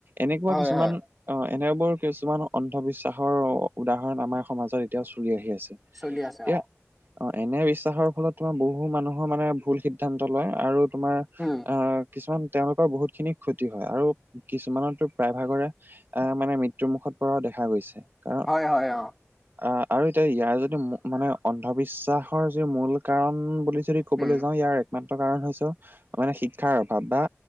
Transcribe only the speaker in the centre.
হয়,
হয়,
চলি আছে
অ।
উম।
হয়, হয়, অ',
উম,